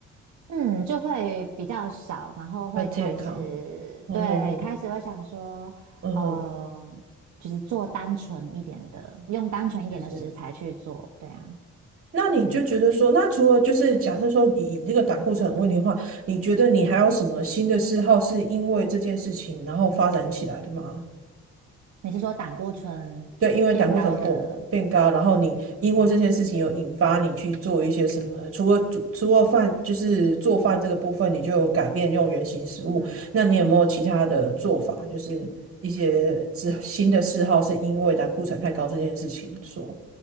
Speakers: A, on the right; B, on the right.
A: 嗯，就会比较少，然后会开始，
B: 要健康。嗯哼哼，
A: 对，开始会想说，
B: 嗯哼，
A: 呃，就是做单纯一点的，用单纯一点的食材去做，
B: 是是。
A: 对啊，
B: 那你就觉得说，
A: 嗯。
B: 那除了就是假设说以以这个胆固醇很问题的话，你觉得你还有什么新的嗜好是因为这件事情然后发展起来的吗？
A: 你是说胆固醇变高的？
B: 对，因为胆固醇过变高，然后你因为这件事情有引发你去做一些什么，
A: 嗯
B: 除了煮除了饭就是做饭这个部分，你就有改变用原形食物，
A: 嗯
B: 那你有没有其他的做法？就是一些之新的嗜好是因为胆固醇太高这件事情所
A: 嗯